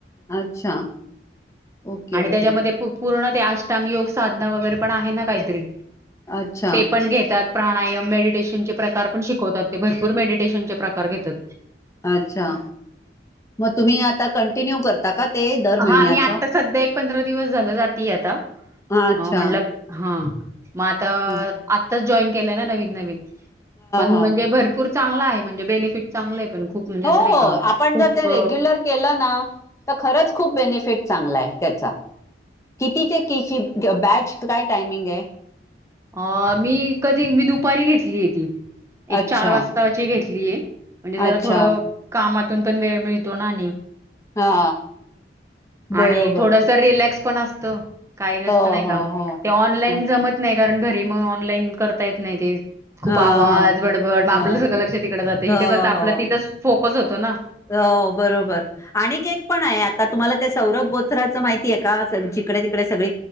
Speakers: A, on the left; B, on the right.
A: अच्छा ओके
B: आणि
A: ओके.
B: त्याच्यामध्ये पूर्ण ते अष्टांग योग साधना वगैरे पण आहे ना काहीतरी.
A: अच्छा
B: ते पण घेतात. प्राणायाम मेडी- मेडिटियशन चे प्रकार पण शिकतात ते भरपूर मेडि मेडिटियशनचे प्रकार घेतात.
A: अच्छा मग तुम्ही आता कंटिन्यू करता का. ते दर
B: हा
A: महिन्याचं.
B: मी आता सध्या एक पंधरा दिवस झालं जातीये आता.
A: अच्छा
B: अ म्हटलं हा मग आता
A: हा
B: आताच जॉईन. केलंय ना नवीन नवीन. पण
A: हा
B: म्हणजे भरपूर. चांगला आहे म्हणजे बेनिफिट चांगलं. पण खूप म्हणजे
A: हो
B: असं नाही
A: हो
B: का
A: आपण
B: खूप
A: जर ते रेग्युलर केलं ना तर खरंच खूप बेनिफिट. फिट चांगला आहे त्याचा किती ते किती बॅच काय टायमिंग आहे.
B: अ मी कधी मी दुपारी घेतली आहे ती.
A: अच्छा,
B: एक चार वाजताची घेतली. घेतलीये. म्हणजे जरा
A: अच्छा,
B: थोडं कामात. तुन पण वेळ मिळतो ना आणि.
A: हा बरोबर.
B: आणि थोडस रिलॅक्स पण असतं काही नसत
A: हो,
B: नाही का
A: हो, हो.
B: ते ऑनलाईन
A: हो
B: जमत नाही कारण घरी मग ऑनलाईन करता येत नाही ते खूप
A: हा,
B: आवाज
A: हा,
B: बडबड
A: हा.
B: आपलं सगळं लक्षात तिकडडे जातं इिथे
A: हो,
B: कस आपलं
A: हो,
B: तिथं फोकस होतं ना
A: हो बरोबर आणि अनिकेत पण आहे आता तुम्हाला त्या सौरभ बोथराचं माहिती आहे का जिकडे तिकडे सगळी